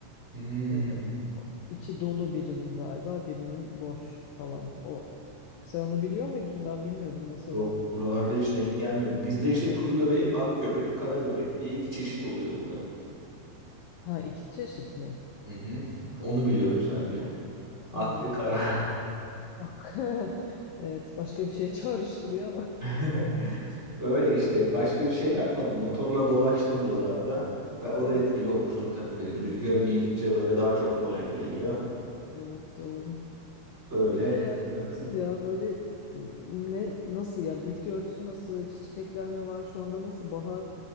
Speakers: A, on the right (about 20°); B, on the left (about 80°).
A: Hmm,
B: Ee, o- içi dolu birinin galiba, birinin boş falan. O sen onu biliyor muydun? Ben bilmiyordum mesela.
A: yok buralarda hiç denk gelmedim. Bizde işte kuzu göbeği, ak göbek, kara göbek diye iki çeşit oluyor burada.
B: Ha iki çeşit mi?
A: Hı hı. Onu biliyorum sadece. Ak
B: Ha
A: ve kara.
B: bak. <laughs> Evet başka bir şey çağrıştırıyor ama.
A: <laughs> Öyle işte. Başka bir şey yapmadım. Motorla dolaştım buralarda. Ve o
B: <laughs> Evet.
A: da etkili olmuştur tabii. Böyle Rüzgar giydikçe böyle daha çok polen geliyor.
B: Evet doğru.
A: Öyle
B: Peki ya
A: yarın.
B: nasıl ya böyle ne nasıl ya bitki örtüsü nasıl çiçekler mi var şu anda nasıl bahar